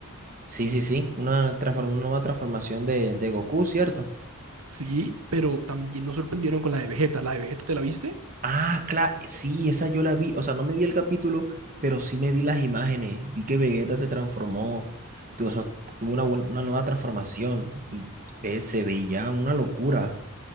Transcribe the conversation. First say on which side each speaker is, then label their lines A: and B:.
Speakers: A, on the right (about 40°); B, on the right (about 90°).
A: Sí, sí, sí, una, transform- una nueva transformación de, de Goku, ¿cierto?
B: Sí, pero también nos sorprendieron con la de Vegeta. La de Vegeta, ¿te la viste?
A: Ah, claro, sí, esa yo la vi, o sea, no me vi el capítulo, pero sí me vi las imágenes, vi que Vegeta se transformó, tu- o sea, tuvo una, buen- una nueva transformación y ve- se veía una locura,